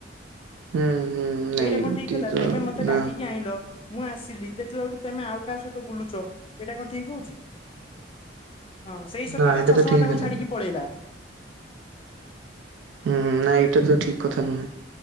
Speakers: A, on the right; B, on the left.
A: ହୁଁ ନାଇଁ
B: ଏଇଟା
A: ଏମିତି
B: କଣ ଠିକ ହେଲା
A: ତ
B: ତେମେ ମତେ
A: ନା
B: ଡାକିକି ଆଣିଲ। ମୁଁ ଆସିଲି ଦେଖିଲା ବେଳକୁ ତେମେ ଆଉ କାହା ସହିତ ବୁଲୁଛ। ଏଇଟା କଣ ଠିକ ହଉଛି? ହଁ, ସେଇ ସକାଶେ
A: ନା ଏଇଟା
B: ଚଷମା
A: ତ ଠିକ
B: ତାଙ୍କୁ
A: ହେଲାନି।
B: ଛାଡିକି ପଳେଇଲା।
A: ହୁଁ ନାଁଇ ଏଟା ତ ଠିକ କଥା ନୁହେଁ।